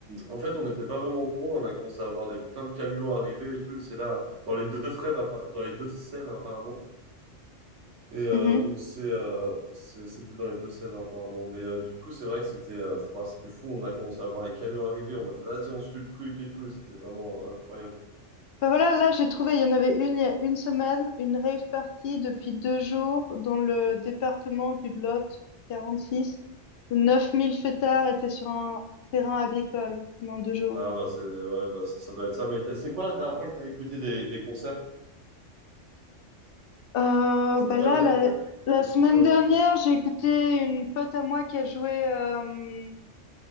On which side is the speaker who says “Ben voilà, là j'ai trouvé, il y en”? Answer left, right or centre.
Left